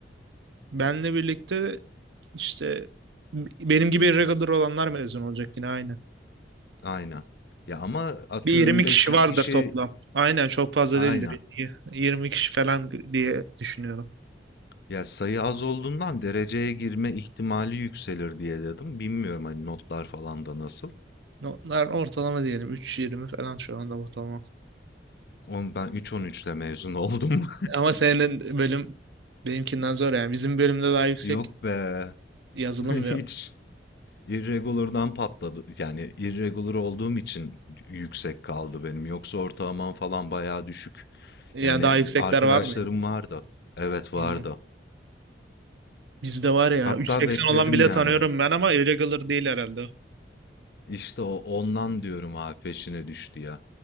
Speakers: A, on the right; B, on the left.
A: Benle birlikte işte b- benim gibi irregular olanlar mezun olacak yine aynı.
B: Aynen. Ya ama atıyorum
A: Bir 20
B: 500
A: kişi vardır
B: kişi
A: toplam. Aynen çok fazla
B: aynen.
A: değildir. Y- yirmi kişi falan diye düşünüyorum.
B: Ya sayı az olduğundan dereceye girme ihtimali yükselir diye dedim. Bilmiyorum hani notlar falan da nasıl.
A: Onlar ortalama diyelim Üç yirmi falan şu anda ortalama.
B: Oğlum ben 3.13'le mezun oldum.
A: Ama senin bölüm benimkinden zor yani. Bizim bölümde
B: <laughs>
A: daha yüksek
B: Yok be.
A: yazılım
B: <laughs> Hiç.
A: ve
B: Irregular'dan patladı. Yani irregular olduğum için yüksek kaldı benim. Yoksa ortalamam falan bayağı düşük.
A: yani
B: Yani
A: daha yüksekler
B: arkadaşlarım
A: var mıydı?
B: vardı. Evet vardı.
A: Hı. Bizde var ya
B: Hatta
A: 3.80
B: bekledim
A: olan bile
B: yani.
A: tanıyorum ben ama irregular değil herhalde.
B: İşte o ondan diyorum abi peşine düştü ya.